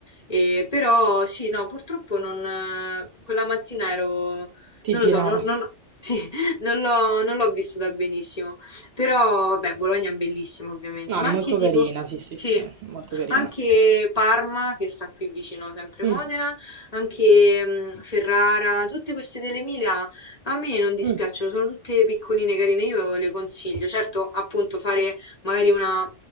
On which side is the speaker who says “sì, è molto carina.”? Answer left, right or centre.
Right